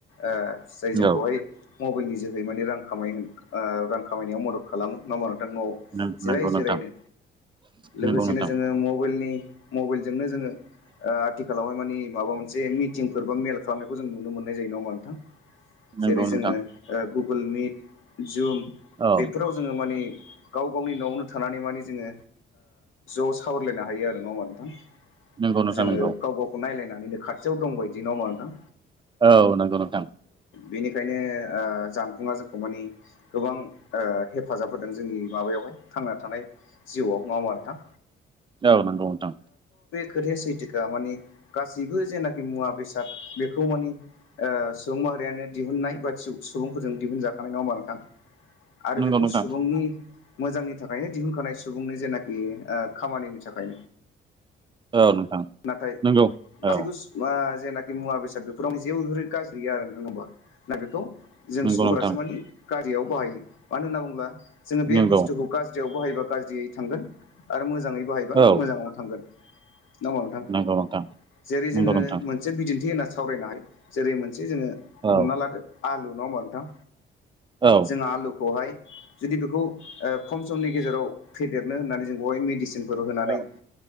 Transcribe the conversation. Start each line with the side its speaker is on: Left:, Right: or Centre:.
Left: ओ जाय जोंखौहाय
Right: औ
Left: मबाइलनि जोहै माने रां खामाय ओ रां खामायनायाव मदद खालामो नङा होमबा <unintelligible>
Right: नंगौ
Left: जिराय
Right: नोंथां
Left: जिरायनो लोगोसेनो
Right: नंगौ नोंथां
Left: जोङो मबाइलनि मबाइलजोंनो जोङो ओ आथिखालावहाय मानि माबा मोनसे मिटिंफोर बा मेल खालामनायखौ जों नुनो मोननाय जायो नङा होनबा नोंथां?
Right: नंगौ
Left: जेरै
Right: नोंथां
Left: जोङो ओ गुगोल मिट, जुम
Right: औ
Left: बेफोराव जोङो मानि गाव गावनि न'आवनो थानानै माने जोङो ओ ज' सावरायलायनो हायो आरो नङा होमबा नोंथां?
Right: नंगौ नोंथां
Left: जोङो
Right: नंगौ
Left: गाव गावखौ नायलायनानैनो खाथियाव दंबायदि न मा नोंथां
Right: औ नंगौ नोंथां।
Left: बिनिखायनो ओ जानबुंआ जो खौ माने गोबां ओ हेफाजाब होदों जोंनि माबायावहाय थांना थानाय जिउआव नङा होमबा नो थां
Right: औ नंगौ नोंथां।
Left: खोथाया सैथोखा माने गासैबो जेनाखि मुवा बेसाद बेखौ मानि ओ सुबुं यानो दिहुननाय बाय-सु-सुबुंफोरजों दिहुनजा थानाय नङा होनबा नोंथां? आरो
Right: नंगौ
Left: बेखौ
Right: नोंथां
Left: सुबुंनि मोजांनि थाखायनो दिहुनखानाय सुबुंनि जेनाखि ओ खामानिनि थाखाय
Right: औ नोंथां
Left: नाथाय
Right: नंगौ
Left: गबो
Right: औ
Left: जेनाखि मुवा बेसाद बेफोराव जेबो गाज्रि गैया आरो नङ होमबा ना बेखौ जों
Right: नंगौ
Left: सुबुंफोरासो
Right: नोंथां
Left: माने गाज्रियाव बाहायो मानो होनना बुङोब्ला जोङो बे
Right: नंगौ
Left: बुस्थुखौ गाज्रियाव बाहायबा गाज्रियै थांगोन आरो मोजाङै बाहायबा
Right: औ
Left: मोजाङावनो थांगोन नाोमा नोंथां
Right: नंगौ नोंथां
Left: जेरै
Right: नंगौ
Left: जोङो
Right: नोंथां
Left: मोनसे बिदिन्थि होनना सावरायनो हायो जेरै मोनसे जोङो
Right: औ
Left: हमना लादो आलु नङा होमबा नोंथां
Right: औ
Left: जों आलुखौहाय जुदि बेखौ खम समनि गेजेराव फेदेरनो होननानै जों बेवहाय मेडिसिन फोर होनानै
Right: औ